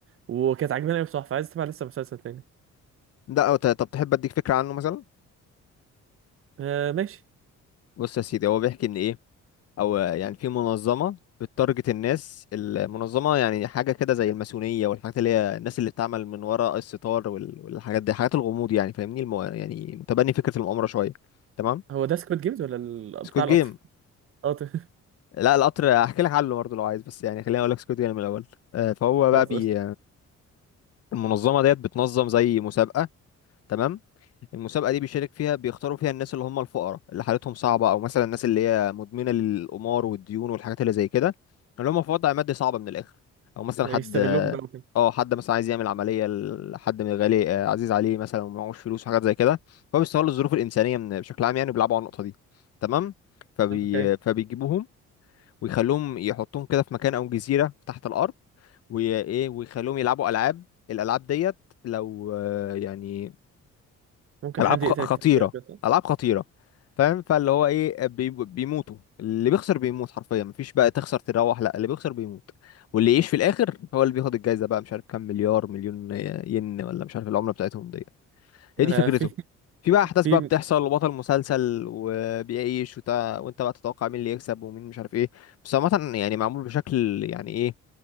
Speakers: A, on the right (about 45°); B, on the left (about 55°).
A: وكانت عجباني قوي بصراحه فعايز اتابع لسه مسلسل تاني
B: لا ت- طب تحب اديك فكره عنه مثلا
A: آه ماشي
B: بص يا سيدي هو بيحكي ان ايه او يعني في منظمه بتارجت الناس المنظمه يعني حاجه كده زي الماسونيه والحاجات اللي هي الناس اللي بتعمل من وراء الستار وال... والحاجات دي حاجات الغموض يعني فاهمني المو... يعني متبني فكره المؤامره شويه تمام
A: هو ده سكويد جيمز ولا ال...
B: سكوت
A: بتاع
B: جيم
A: القطر؟ قطر <laughs>
B: لا القطر هحكي لك عنه برضه لو عايز بس يعني خليني اقول لك سكوت جيم الاول آه، فهو بقى
A: خلاص
B: بي
A: قشطة.
B: المنظمة ديت بتنظم زي مسابقة تمام المسابقة دي بيشارك فيها بيختاروا فيها الناس اللي هم الفقراء اللي حالتهم صعبة أو مثلا الناس اللي هي مدمنة للقمار والديون والحاجات اللي زي كده اللي هم في وضع مادي صعب من الآخر أو مثلا
A: يستغلوهم
B: حد
A: بقى وكده
B: اه حد مثلا عايز يعمل عملية لحد من غالي آه، عزيز عليه مثلا ومعهوش فلوس وحاجات زي كده هو بيستغل الظروف الإنسانية من بشكل عام يعني بيلعبوا على النقطة دي تمام فبي...
A: اوكي
B: فبيجيبوهم ويخلوهم يحطوهم كده في مكان أو جزيرة تحت الأرض وايه ويخلوهم يلعبوا العاب الالعاب ديت لو آه، يعني
A: ممكن
B: العاب
A: حد يقتل
B: خ- خطيره
A: التاني كده بس.
B: العاب خطيره فاهم فاللي هو ايه بي- بيموتوا اللي بيخسر بيموت حرفيا مفيش بقى تخسر تروح لا اللي بيخسر بيموت واللي يعيش في الاخر هو اللي بياخد الجايزه بقى مش عارف كام مليار مليون ين ولا مش عارف العمله بتاعتهم دي هي
A: انا
B: دي فكرته
A: في
B: في بقى احداث
A: في
B: بقى بتحصل وبطل مسلسل وبيعيش وت... وانت بقى تتوقع مين اللي يكسب ومين مش عارف ايه بس عامه يعني معمول بشكل يعني ايه